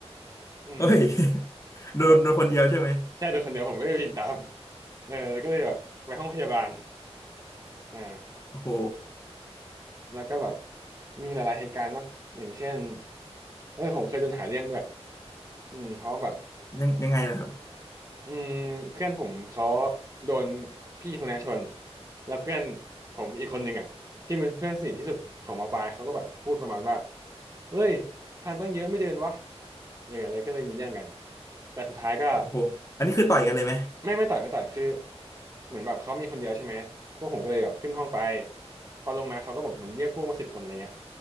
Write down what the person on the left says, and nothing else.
เฮ้ย <laughs> โดนโดนคนเดียวใช่ไหม
โอ้โห
ยังยังไงล่ะ
โอ้โหอันนี้คือต่อยกันเลยไหม